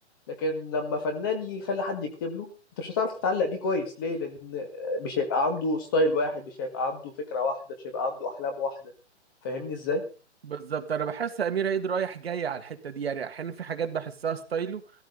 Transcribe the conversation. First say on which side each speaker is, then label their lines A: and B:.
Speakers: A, on the left (about 20°); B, on the right (about 60°).
A: لكن لما فنان يخلي حد يكتب له انت مش هتعرف تتعلق بيه كويس ليه لان مش هيبقى عنده ستايل واحد مش هيبقى عنده فكرة واحدة مش هيبقى عنده احلام واحدة فاهمني ازاي
B: بالظبط انا بحس امير عيد رايح جاي على الحتة دي يعني احيانا في حاجات بحسها ستايله